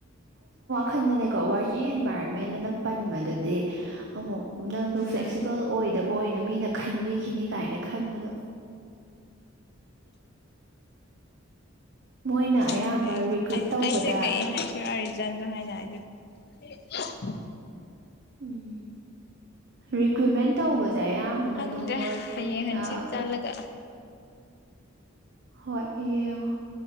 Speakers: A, on the right (about 55°); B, on the left (about 50°).
A: ꯈꯟꯗꯅꯦꯀꯣ ꯋꯥꯔꯀꯤꯡ ꯑꯦꯟꯚꯥꯏꯔꯣꯟꯃꯦꯟ ꯑꯅ ꯄꯟꯕꯗꯨꯗꯤ ꯑꯃꯨꯛ ꯅꯪꯗꯣ
B: ꯎꯝ
A: ꯐ꯭ꯂꯦꯛꯁꯤꯕꯜ ꯑꯣꯏ ꯑꯣꯏꯗꯕ ꯑꯣꯏꯅ ꯃꯤꯅ ꯈꯟꯕꯤꯈꯤꯅꯤ ꯀꯥꯏꯅ ꯈꯟꯕꯗꯣ ꯃꯣꯏꯅ
B: ꯑꯗꯨꯅꯦ
A: ꯑꯌꯥꯝꯕ ꯔꯤꯀ꯭ꯔꯨꯏꯠ
B: ꯑꯩ
A: ꯇꯧꯕꯗ
B: ꯑꯩꯁꯦ ꯀꯩ ꯍꯥꯏꯁꯤꯔꯥ ꯔꯤꯖꯟꯗꯣ ꯍꯥꯏꯅ ꯑꯩꯁꯦ ꯑꯟꯏꯟꯇꯦꯜꯂꯤꯖꯦꯕꯜ
A: ꯎꯝ ꯔꯤꯀ꯭ꯋꯨꯏꯃꯦꯟꯠ ꯇꯧꯕꯁꯦ ꯁꯦ ꯑꯌꯥꯝꯕꯅ
B: ꯈꯪꯗ꯭ꯔꯦ
A: ꯑꯗꯨꯝ ꯑꯣꯏ
B: ꯍꯌꯦꯡ ꯍꯪꯆꯤꯠ
A: ꯑ
B: ꯆꯠꯂꯒ
A: ꯍꯣꯏ ꯌꯦꯡꯉꯣ